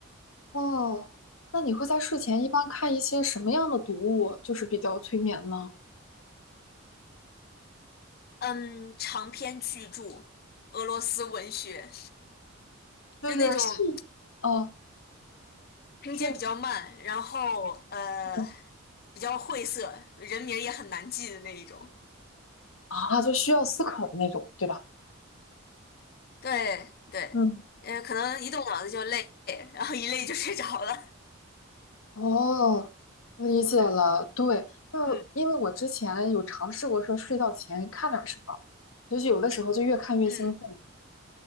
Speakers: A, on the left; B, on the left.
A: 哦，那你会在睡前一般看一些什么样的读物，就是比较催眠呢？
B: 嗯，长篇巨著，俄罗斯文学，
A: 就是细啊，
B: 就那种拼接比较慢，
A: 是，
B: 然后呃
A: 嗯
B: 比较晦涩，人名儿也很难记的那一种。
A: 啊，就需要思考的那种，对吧？
B: 对对，
A: 嗯
B: 嗯，可能一动脑子就累，<laughs> 然后一累就睡着了。
A: 哦，我理解了。对，就是因为我之前有尝试过说睡觉前看点儿什么，
B: 嗯，
A: 就是有的时候就越看越兴奋，
B: 嗯，